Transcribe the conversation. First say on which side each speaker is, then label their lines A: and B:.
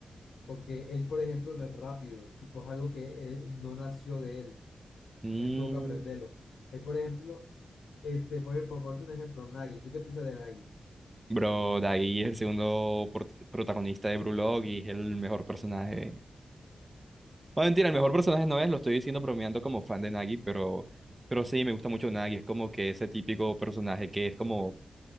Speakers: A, on the left; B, on the right.
A: Porque él, por ejemplo, no es rápido. Tipo, es algo que él no nació de él.
B: Mm.
A: Él tuvo que aprenderlo. Él, por ejemplo, este, por, por ponerte un ejemplo, Nagi. ¿Tú qué piensas de Nagi?
B: Bro, Daggy es el segundo por- protagonista de Brulog y es el mejor personaje. Bueno, mentira, el mejor personaje no es, lo estoy diciendo bromeando como fan de Nagi, pero, pero sí, me gusta mucho Nagi. Es como que ese típico personaje que es como